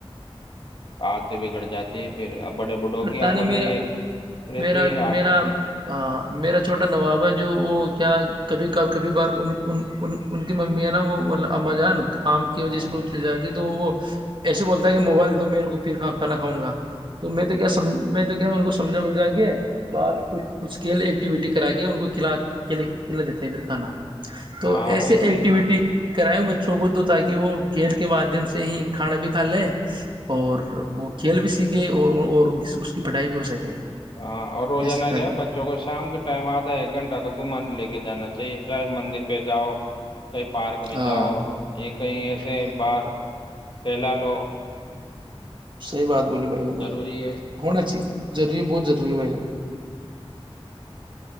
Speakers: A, on the left (about 55°); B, on the right (about 50°).
A: آتے بگڑ جاتی ہے پھر اب بڑے بھوں
B: کرتا
A: کی
B: ہے
A: اپنے
B: نا میرا
A: یہ رہتے
B: میرا
A: آتے
B: میرا
A: ہیں
B: میرا چھوٹا نواب ہے جو وہ کیا کبھی کب کبھی بار ان ان کی ممی ہے نا وہ اما جان آم کی وجہ
A: ہاں
B: سے کچھ زیادہ وہ ایسے بولتا ہے کہ موبائل دو میرے کو پھر کانا کھاؤ گا تو میں تو تو کیا میں تو کیا ان کو سمجھا وجھا کے ب کھ کچھ کھیل ایکٹیوٹی کرا کے ان کو کلا کلا دیتے ہیں پھر کھانا تو
A: ہاں
B: ایسے
A: وہی صحیح
B: ایکٹیویٹی
A: ہے
B: کرائے بچوں کو تو تاکہ وہ کھیل کے مادھیم سے ہی کھانا بھی کھا لے اور وہ کھیل بھی سیکھے اور اس <unintelligible> سکے
A: ہاں اور روزانہ
B: ایسے پہلا
A: کیا ہے بچوں کو شام کے ٹائم آدھا ایک گھنٹہ تو گھمان لے کے جانا چاہیے چاہے مندر پہ جاؤ کئی پارک میں
B: ہاں
A: جاؤ یہ کہیں ایسے باہر ٹہلا لو
B: صحیح بات بولی بھائی جان
A: ضروری
B: اپ نے
A: ہے
B: ہونا چاہیے ضروری بہت ضروری ہے بھائی جان